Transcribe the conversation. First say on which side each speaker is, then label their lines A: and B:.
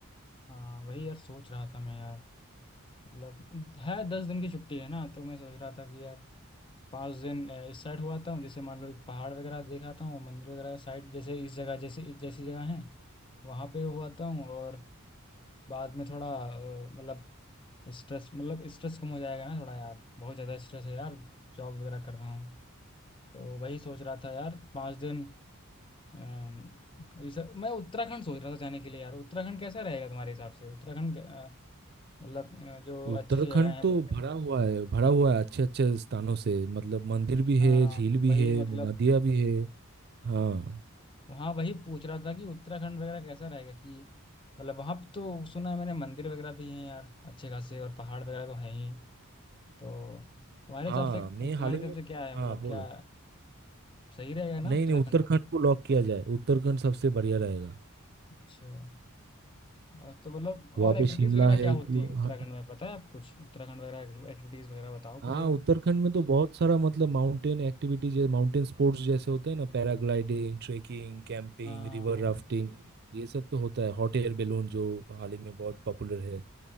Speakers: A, on the left (about 25°); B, on the right (about 50°).
A: हाँ वही यार सोच रहा था मैं यार मतलब है दस दिन की छुट्टी है ना तो मैं सोच रहा था कि यार पाँच दिन अ, इस साइड हो आता हूँ जैसे मान लो एक पहाड़ वगैरह देखाता हूँ मंदिर वगैरह साइड जैसे इस जगह जैसे इस जैसी जगह है वहाँ पे हो आता हूँ और बाद में थोड़ा अ, मतलब स्ट्रेस मतलब स्ट्रेस कम हो जाएगा ना थोड़ा यार बहुत ज़्यादा स्ट्रेस है यार जॉब वगैरह कर रहा हूँ तो वही सोच रहा था यार पाँच दिन अम, वही सर मैं उत्तराखंड सोच रहा था जाने के लिए यार उत्तराखंड कैसा रहेगा तुम्हारे हिसाब से उत्तराखंड अ, मतलब अ, जो अच्छी
B: उत्तराखंड
A: अच्छी जगह है
B: तो भरा हुआ है भरा हुआ है अच्छे अच्छे स्थानों से मतलब मंदिर भी
A: हाँ
B: है झील भी
A: वही
B: है
A: मतलब
B: नदियाँ भी है हाँ
A: वहाँ वही पूछ रहा था कि उत्तराखंड वगैरह कैसा रहेगा कि मतलब वहाँ पे तो सुना है मैंने मंदिर वगैरह भी हैं यार अच्छे खासे और पहाड़ वगैरह तो हैं ही तो तुम्हारे
B: हाँ
A: हिसाब से
B: मैं
A: तुम्हारे
B: हाल ही
A: हिसाब
B: में
A: से क्या है
B: हाँ
A: मतलब
B: बोलो
A: क्या सही रहेगा ना
B: नहीं
A: उत्तराखंड
B: नहीं उत्तराखंड को लॉक किया जाए उत्तराखंड सबसे बढ़िया रहेगा
A: अच्छा अ, तो मतलब और
B: वहाँ
A: एक्टिविटीज
B: पे शिमला
A: वगैरह
B: है
A: क्या होती
B: कु-
A: हैं उत्तराखंड
B: हाँ
A: में पता है आपको कुछ उत्तराखंड वगैरह एक्टिविटीज वगैरह बताओ
B: हाँ,
A: कुछ यार
B: उत्तराखंड में तो बहुत सारा मतलब माउंटेन एक्टिविटी जैसे माउंटेन स्पोर्ट्स जैसे होते हैं ना paragliding trekking camping
A: हाँ
B: river rafting ये सब तो होता है हॉट एयर बैलून जो हाल ही में बहुत पॉपुलर है